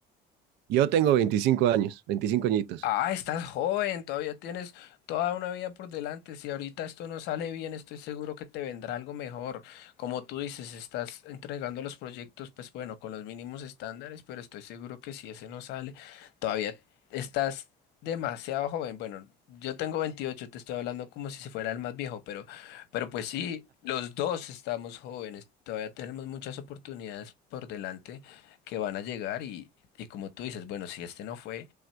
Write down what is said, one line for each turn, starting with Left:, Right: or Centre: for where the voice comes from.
Right: Yo tengo 25 años, 25 añitos.
Left: Ah, estás joven, todavía tienes toda una vida por delante. Si ahorita esto no sale bien, estoy seguro que te vendrá algo mejor. Como tú dices, estás entregando los proyectos, pues bueno, con los mínimos estándares, pero estoy seguro que si ese no sale, todavía estás demasiado joven. Bueno, yo tengo 28, te estoy hablando como si se fuera el más viejo, pero, pero pues sí, los dos estamos jóvenes, todavía tenemos muchas oportunidades por delante que van a llegar y, y como tú dices, bueno, si este no fue.